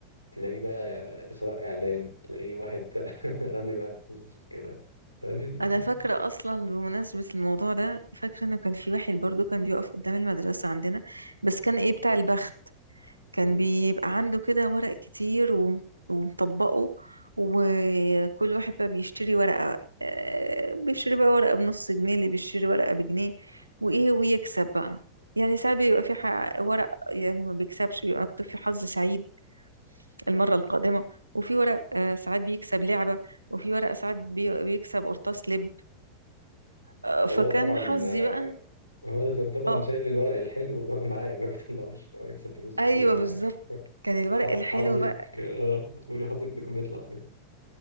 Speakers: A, on the left; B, on the right.
A: تلاقي بقى سواء اعلان تلاقي واحد <laughs> رمي بقى فلوس كده فبيبقى
B: انا فاكره اصلا بمناسبه الموضوع ده فاكره انه كان في واحد برضو كان بيقف قدام المدرسه عندنا بس كان ايه بتاع البخت كان
A: مم.
B: بيبقى عنده كده ورق كتير وم- ومطبقه وكل واحد بقى بيشتري ورقه آه، بيشتري بقى ورقه بنص جنيه اللي بيشتري ورقه بجنيه وايه ويكسب بقى يعني ساعات بيبقى في ح- ورق يعني ما بيكسبش بيبقى مكتوب فيه حظ سعيد المره القادمه وفي ورق آه، ساعات بيكسب لعبه وفي ورق ساعات بي- بيكسب قرطاس لب آه، فكان
A: هو طبعا
B: حظي
A: آه،
B: بقى
A: هو كان طبعا
B: اه
A: شايل الورق الحلو <laughs> معايا ما بيطلعوش هو يكسب فلوس
B: ايوه
A: كتير ولا
B: بالظبط
A: حاجه
B: كان الورق
A: ح-
B: الحلو
A: حظك
B: بقى
A: آه، قولي حظك تكون بيطلع فين